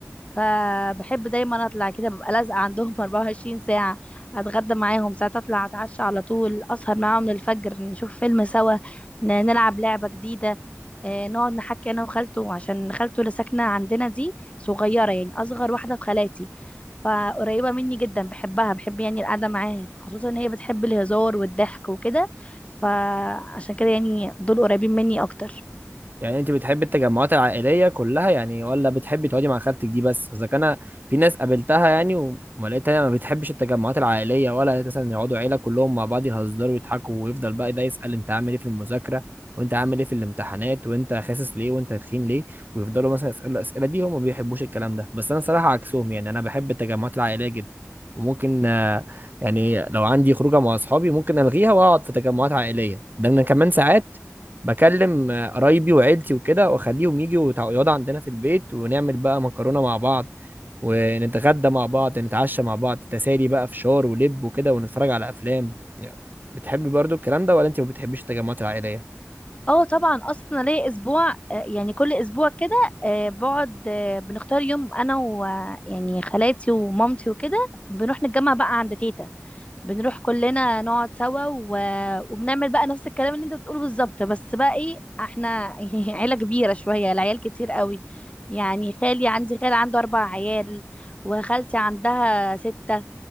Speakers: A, on the left (about 25°); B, on the right (about 40°).
A: فبحب دايما اطلع كده ببقى لازقه عندهم <laughs> 24 ساعه اتغدى معاهم ساعات اطلع اتعشى على طول اسهر معاهم للفجر نشوف فيلم سوا ن- نلعب لعبه جديده آه، نقعد نحكي انا وخالته عشان خالته اللي ساكنه عندنا دي صغيره يعني اصغر واحده في خالاتي فقريبه مني جدا بحبها بحب يعني القعده معاها خصوصا ان هي بتحب الهزار والضحك وكده فعشان كده يعني دول قريبين مني اكتر
B: يعني انت بتحبي التجمعات العائليه كلها يعني ولا بتحبي تقعدي مع خالتك دي بس اذا كان في ناس قابلتها يعني وما لقيتها ما بتحبش التجمعات العائليه ولا مثلا يقعدوا عيله كلهم مع بعض يهزروا ويضحكوا ويفضل بقى ده يسال انت عامل ايه في المذاكره وانت عامل ايه في الامتحانات وانت خاسس ليه وانت تخين ليه ويفضلوا مثلا يسالوا الاسئله دي هم ما بيحبوش الكلام ده بس انا صراحه عكسهم يعني انا بحب التجمعات العائليه جدا وممكن آه، يعني لو عندي خروجه مع اصحابي ممكن الغيها واقعد في تجمعات عائليه ده انا كمان ساعات بكلم آه، قرايبي وعيلتي وكده واخليهم يجوا يتع- يقعدوا عندنا في البيت ونعمل بقى مكرونه مع بعض ونتغدى مع بعض نتعشى مع بعض تسالي بقى فشار ولب وكده ونتفرج على افلام يعني بتحبي برضو الكلام ده ولا انت ما بتحبيش التجمعات العائليه
A: اه طبعا اصلا ليا اسبوع آه، يعني كل اسبوع كده آه، بقعد آه، بنختار يوم انا و آه، يعني خالاتي ومامتي وكده بنروح نتجمع بقى عند تيتا بنروح كلنا نقعد سوا و... وبنعمل بقى نفس الكلام اللي انت بتقوله بالظبط بس بقى ايه احنا <laughs> يعني عيلة كبيرة شوية العيال كتير قوي يعني خالي عندي خال عنده اربع عيال وخالتي عندها ستة